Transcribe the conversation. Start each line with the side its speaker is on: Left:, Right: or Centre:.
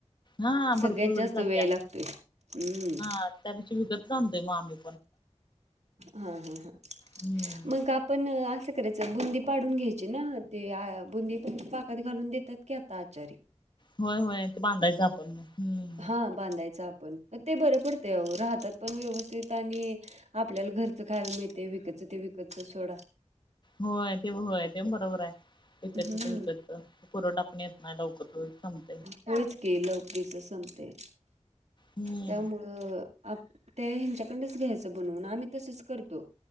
Left: हा
Right: सगळ्यात
Left: भरपूर
Right: जास्त
Left: वेळेचा
Right: वेळ
Left: त्या
Right: लागतोय हम्म
Left: हा त्यापेक्षा विकतच आणतो आम्ही
Right: हा हा ह
Left: हम्म.
Right: मग आपण असं च बुंदी पाडून घ्यायची ना ते बुंदी प पाकात घालून देतात की आता आचारी
Left: होय होय ते बांधायचं आपण मग हम्
Right: हा बांधायच आपण ते बरं पडते राहतात पण व्यवस्थित आणि आपल्याला घरचं खायला मिळतेय विकतचं ते विकतचं सोडा
Left: होय ते होय ते बरोबर आहे. विकत
Right: हम्म
Left: ते वत पुरव टा आपण येत नाही लवकर लथमते
Right: होच क लवरीच संपते
Left: हम्म.
Right: त्यामुळे तर आप ते ह्यांच्याकडच घ्यायचं बनवून आम्ही तसंच करतो.